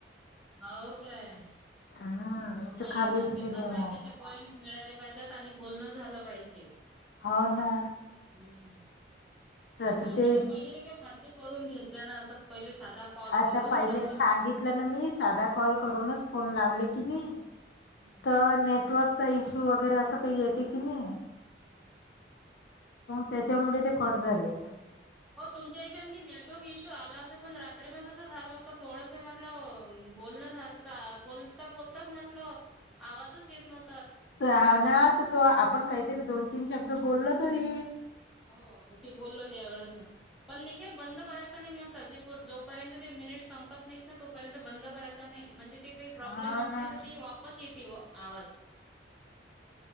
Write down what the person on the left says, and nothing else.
हम्म
तू खालीच
गेले
मग
हो ना!
आता
ते
आता
पहिले
सांगितलं ना मी साधा कॉल करूनच, फो लावले की नाही
तर नेटवर्क, चा इश्यू वगैरे असं काही येते की नाही,
त्याच्यामुळे ते कट झाले.
ह ना तर तो आपण काहीतरी दोन तीन शब्द बोललो तरी,
हा
ना